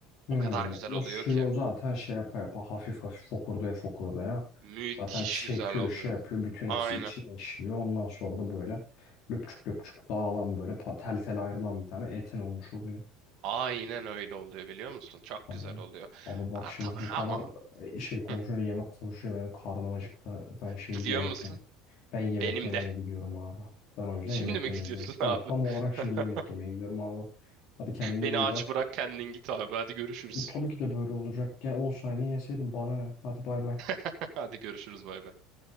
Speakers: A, on the left; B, on the right.
A: Hmm,
B: O kadar güzel oluyor
A: o suyu
B: ki.
A: o zaten şey yapa yapa hafif hafif fokurdaya fokurdaya
B: Müthiş
A: zaten çekiyor
B: güzel oluyor.
A: şey yapıyor bütün
B: Aynen.
A: hepsi içine işliyor. Ondan sonra da böyle löpçük löpçük dağılan böyle pa- tel tel ayrılan bir tane etin olmuş oluyor.
B: Aynen öyle oluyor biliyor musun? Çok
A: Hani,
B: güzel oluyor.
A: abi bak
B: Ha,
A: şimdi
B: ta-
A: bu kadar
B: ama
A: e, şey konuşuyor,
B: hı,
A: yemek konuşuyor benim karnım acıktı. Ben şimdi
B: biliyor
A: yemek
B: musun?
A: yemek. Ben yemek
B: Benim
A: yemeye
B: de. <laughs>
A: gidiyorum abi. Ben o yüzden
B: Şimdi
A: yemek
B: mi
A: yemeye
B: gidiyorsun
A: gidiyorum.
B: abi?
A: Evet tam olarak
B: <laughs>
A: şimdi yemek yemeye gidiyorum abi. Hadi kendine
B: Beni
A: iyi
B: aç
A: bak.
B: bırak kendin git abi. Hadi görüşürüz.
A: Tabii ki de böyle olacak. Gel olsaydı yeseydin bana ne? Hadi bay bay.
B: <laughs> Hadi görüşürüz bay bay.